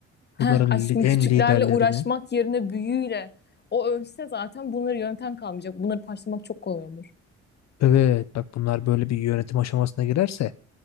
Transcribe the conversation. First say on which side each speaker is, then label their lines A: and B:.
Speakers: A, on the left; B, on the left.
A: Heh,
B: Bunların
A: aşkım
B: li- en
A: küçüklerle
B: liderlerini.
A: uğraşmak yerine büyüğüyle. O ölse zaten bunları yöneten kalmayacak. Bunları parçalamak çok kolay olur.
B: Evet bak bunlar böyle bir yönetim aşamasına girerse